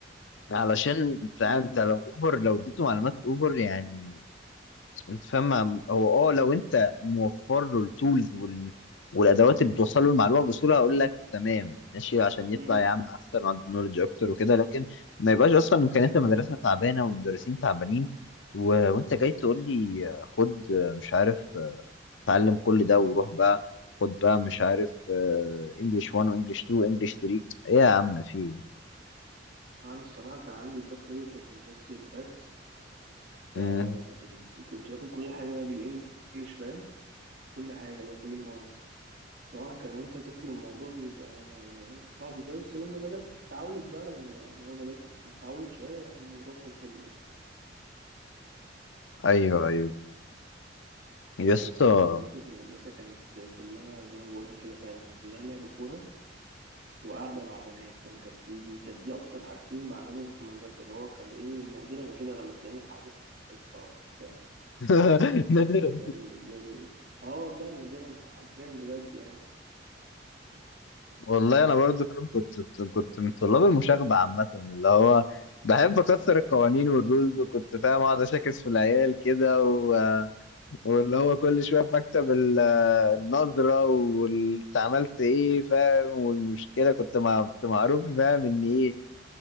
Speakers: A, on the left; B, on the right.
A: علشان
B: مم.
A: فاهم انت لو اوفر لو اديته معلومات اوفر يعني انت فاهم هو اه لو انت موفر له التولز وال... والادوات اللي بتوصل له المعلومه بسهوله هقول لك تمام ماشي عشان
B: مم.
A: يطلع يا عم احسن وعنده نولج اكتر وكده لكن ما يبقاش اصلا امكانيات المدرسه تعبانه والمدرسين تعبانين و... وانت جاي تقول لي آه، خد آه، مش عارف آه، اتعلم كل ده وروح بقى خد بقى مش عارف انجلش 1 وانجلش 2 وانجلش 3 ايه يا عم في ايه؟
B: انا الصراحة كان عندي الضغط ايه كانت مدرستي لغات فكانت
A: مم.
B: كنت باخد كل حاجة بقى بالانجلش فاهم كل حاجة بقى كل المواد طبعا كان وانت طفل الموضوع بيبقى صعب شوية بس لما بدأت تتعود بقى لما اللي هو بدأت تتعود شوية الموضوع كان حلو يعني
A: ايوه ايوه يا اسطى
B: بس أنا ذكرياتي في المدرسة كانت كلها زي ما بقولك كده فعلا كلها لعب كورة وقعدة مع بنات فاهم كانت دي دي كانت دي أكتر حاجتين بعملهم في المدرسة اللي هو كان إيه نادرا كده لما تلاقيني حاضر حصة ولا بتاع
A: <laughs>
B: يعني
A: نادرا
B: كان الموضوع بالنسبة لي اه والله نادرا حرفيا بجد يعني
A: والله انا برضو فاهم كنت كنت من طلاب المشاغبه عامه اللي هو بحب اكسر القوانين والرولز وكنت فاهم اقعد اشاكس في العيال كده و... واللي هو كل شويه في مكتب ال- النظره وانت عملت ايه فاهم والمشكله كنت مع... كنت معروف فاهم ان ايه